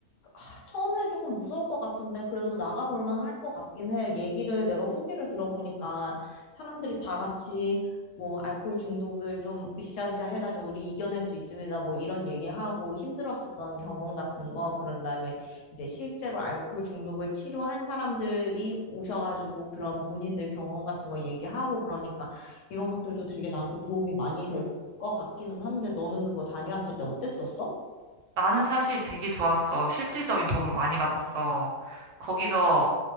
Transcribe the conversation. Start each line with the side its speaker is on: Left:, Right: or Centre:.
Left: 아, 처음엔 조금 무서울 것 같은데 그래도 나가볼 만할 것 같긴 해. 얘기를 내가 후기를 들어보니까 사람들이 다 같이 뭐 알코올 중독을 좀 으쌰으쌰 해가지고 우리 이겨낼 수 있습니다. 뭐 이런 얘기하고 힘들었었던 경험 같은 거 그런 다음에 이제 실제로 알코올 중독을 치료한 사람들이 오셔가지고 그런 본인들 경험 같은 거 얘기하고 그러니까 이런 것들도 되게 나한테 도움이 많이 될 것 같기는 한데 너는 그거 다녀왔을 때 어땠었어?
Right: 나는 사실 되게 좋았어. 실질적인 도움을 많이 받았어. 거기서